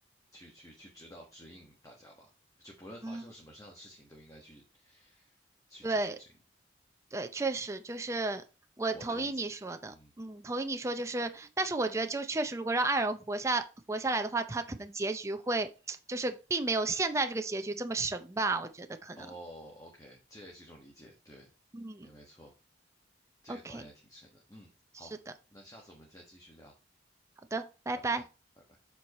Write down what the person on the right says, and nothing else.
嗯，
对对，确实就是我同意你说的，
嗯，同意你说就是，但是我觉得就确实，如果让爱人活下活下来的话，他可能结局会 <tsk> 就是并没有现在这个结局这么神吧，我觉得可能。
嗯。
OK，
是的，
好的，拜拜。